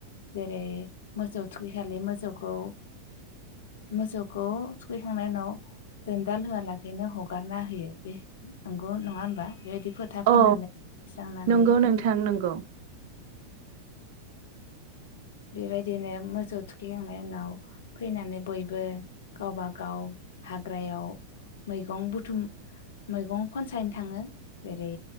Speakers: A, on the left (about 60°); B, on the right (about 50°).
A: जेरै मोसौ थुखैखालि मोसौखौ मोसौखौ थुखैखांनायनि उनाव दोनदाल होआलाखैनो हगारना होयो बे नंगौ नङा होनबा बेबायदि फोथा फोननानै
B: अ
A: स्रांनानै
B: नंगौ नोंथां नंगौ।
A: बेबायदिनो मोसौ थुखैखांनायनि उनाव फैनानै बयबो गावबा गाव हाग्रायाव मैगं बुथुम मैगं खनसायनो थाङो जेरै